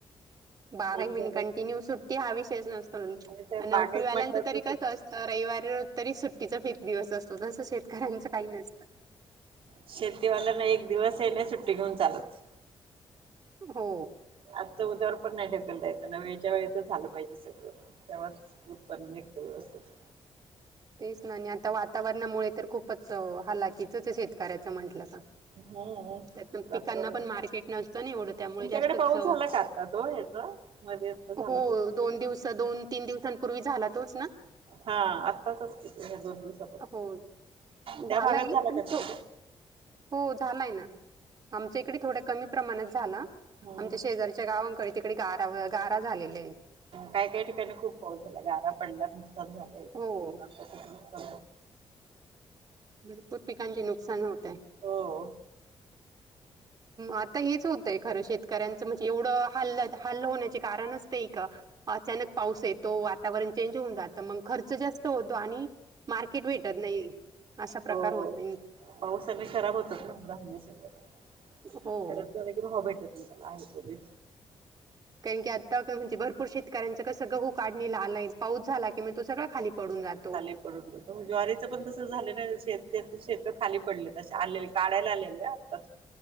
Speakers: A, on the right; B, on the right.
A: बाराही
B: एक
A: महिने
B: झालं
A: कंटिन्यू सुट्टी हा विषयच नसतो
B: आणि ते
A: नोकरीवाल्यांच
B: बागेत म्हटलं
A: तरी
B: तर सु
A: कसत तर रविवारी रज तरी सुट्टीचा फेक दिवस असतो तस शेतकऱ्यांच काही नसत
B: शेतीवाल्याना एक दिवस ये नाही सुट्टी घेऊन चालत
A: हो
B: आजच उद्यावर पण नाही ठकलता त्यांना वेळच्या वेळ तर झाल पाहिजे सगळ तेव्हा पण एक तर व्यवस्थित
A: तेच ना आणि आता वातावरणामुळे तर खूपच हलाकीचच शेतकऱ्याच म्हंटल का
B: हम्म
A: त्यात
B: वातावरण
A: पिकांना पण मार्केट नसतं ना एवढ त्यामुळे
B: तुमच्याकडे
A: जास्तच
B: पाऊस झाला का आता तो ह्याचा? मध्ये आता झाला
A: हो
B: तो
A: दोन दिव दोन तीन दिवस पूर्वी झाला तोच ना
B: हा आत्ताच घेतो ह्या दोन दिवस
A: हो झालाय
B: त्या भागात झाला
A: पण
B: का ते
A: तो
B: कुठे
A: हो झालाय ना आमच्या इकडे थोड्या कमी प्रमाणात झाला
B: हम्म
A: आमच्या शेजारच्या गावांकडे तिकडे गारा गारा झालेला आहे
B: काही काही ठिकाणी खूप पाऊस झाला गारा पडल्या नुकसान झालंय
A: हो
B: लो त्या
A: भरपूर पिकांचे नुकसान होत आहे
B: हो
A: आता हेच होतंय खर शेतकऱ्यांचं म्हणजे एवढ हल्ल हल्ल होण्याचे कारणच का अचानक पाऊस येतो वातावरण चेंज होऊन जात मग खर्च जास्त होतो आणि मार्केट भेटत नाही असा प्रकार
B: हो
A: होतोय
B: हो पावसाने खराब होतात ना धान्य सगरे
A: हो
B: खरात झालं की भेटर म त्याला आहे तो बी
A: कारण की आता का म्हणजे भरपूर शेतकऱ्यांचा कसं गं होू काढणीला आलाय पाऊस झाला की तो सगळं खाली पडून जात
B: खाली पडून जो ज्वारीच पण तस झाल नाही शेत ते शेत खाली पडले त आलेले काढायला आलेले आत्ता